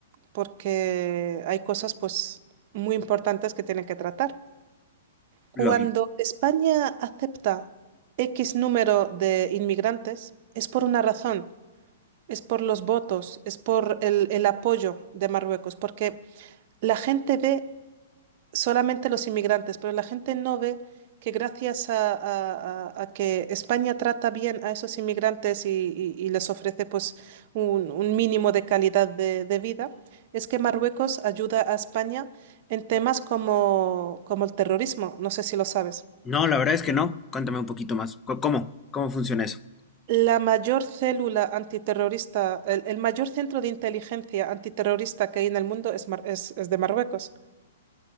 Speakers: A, on the right; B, on the left.
A: porque hay cosas pues muy importantes que tienen que tratar. Cuando
B: Lógico.
A: España acepta X número de inmigrantes, es por una razón, es por los votos, es por el, el apoyo de Marruecos, porque la gente ve solamente los inmigrantes, pero la gente no ve que gracias a, a- a- a que España trata bien a esos inmigrantes y, y- y les ofrece pues un, un mínimo de calidad de, de vida, es que Marruecos ayuda a España en temas como, como el terrorismo, no sé si lo sabes.
B: No, la verdad es que no. Cuéntame un poquito más. Co- ¿Cómo? ¿Cómo funciona eso?
A: La mayor célula antiterrorista, el, el mayor centro de inteligencia antiterrorista que hay en el mundo es, Mar- es es de Marruecos.